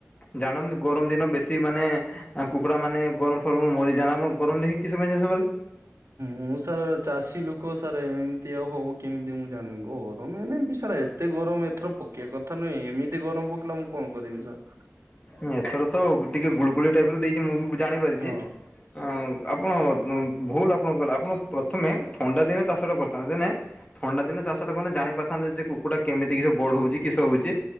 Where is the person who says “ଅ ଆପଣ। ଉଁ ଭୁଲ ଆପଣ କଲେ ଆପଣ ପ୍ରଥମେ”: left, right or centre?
Left